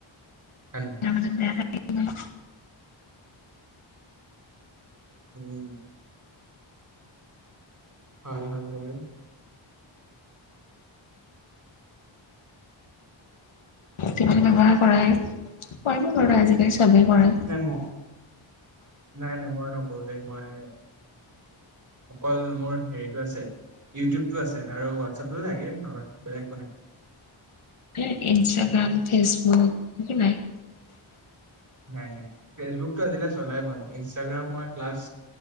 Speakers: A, on the right; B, on the left.
A: হ ন
B: মানে বেয়া লাগে
A: উম হয় হয় ভাই
B: বেমাৰ কৰাই কৰিব আজিকালি চবেই কৰে
A: নাই ম নাই নাই মই নকৰো দেই মই অকল মোৰ হেৰিতটো আছে ইউটিউবতটো আছে আৰু হোৱাটছএপটো থাকে নহ বেলেগ বনে
B: হ ইনষ্টাগ্ৰাম ফেচবুক একো নাই
A: নাই নাই ফেচবুকতটো আজিলে চলাই মানে ইনষ্টাগ্ৰামৰ ক্লাছ